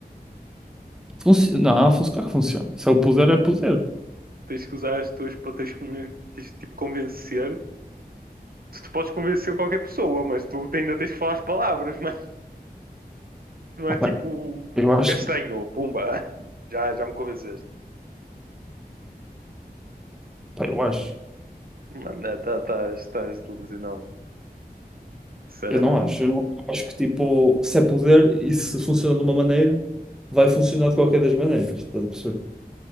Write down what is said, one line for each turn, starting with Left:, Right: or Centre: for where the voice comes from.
Centre: Funci não, func claro que funciona. Se é o poder, é poder.
Right: Tens que usar as tuas para tens que tens que, tipo, convencer. Tu, tu podes convencer qualquer pessoa, mas tu ainda tens que falar as palavras, <laughs> mano. Não
Centre: Opa,
Right: é tipo
Centre: eu acho,
Right: castanho, pumba. <laughs> Já, já me convenceste.
Centre: pá, eu acho,
Right: Mano, não, tá, tá, estás delusional. Sinceramente.
Centre: eu não acho, eu não acho que tipo, se é poder e se funciona de uma maneira, vai funcionar de qualquer das maneiras, estás a perceber?